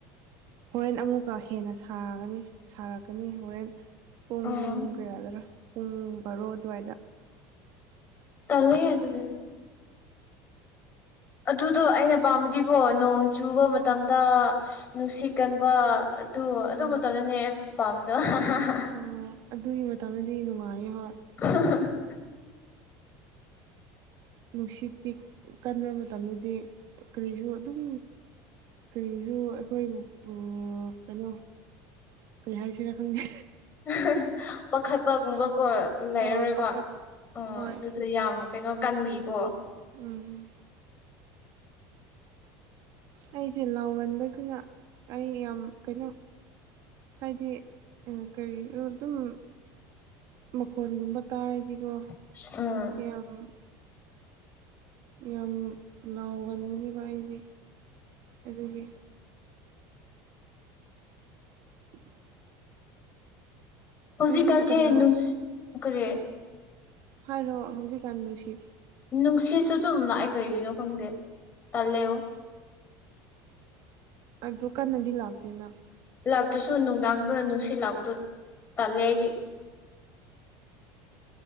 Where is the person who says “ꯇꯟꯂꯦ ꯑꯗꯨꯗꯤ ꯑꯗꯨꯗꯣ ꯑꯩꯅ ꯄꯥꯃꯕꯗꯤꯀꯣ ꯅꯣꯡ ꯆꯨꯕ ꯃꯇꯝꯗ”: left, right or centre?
Left